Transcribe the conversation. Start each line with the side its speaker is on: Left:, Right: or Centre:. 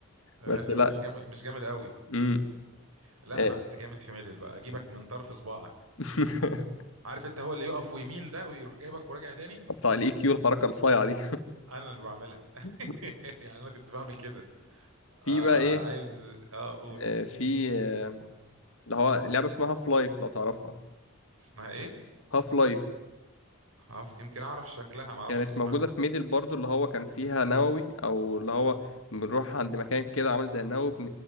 Right: آه،
Left: بس
Right: أنا
Left: لا
Right: مش جامد مش جامد قوي
Left: امم
Right: لا
Left: آه.
Right: انا كنت جامد في ميدل بقى اجيبك من طرف صباعك
Left: <laughs>
Right: عارف انت هو اللي يقف ويميل ده ويروح جايبك وراجع تاني
Left: بتاع الاي كيو الحركه الصايعه دي
Right: انا اللي بعملها <laughs>
Left: <laughs>
Right: يعني انا كنت بعمل كده اه
Left: في بقى ايه
Right: عايز اه اقول
Left: آه، في آه، اللي هو لعبه اسمها هاف لايف لو تعرفها
Right: اسمها ايه
Left: هاف لايف
Right: عارف يمكن اعرف شكلها ما اعرفش
Left: كانت
Right: اسمها
Left: موجوده في ميدل برضو اللي هو كان فيها نووي او اللي هو بنروح عند مكان كده عامل زي النووي بن-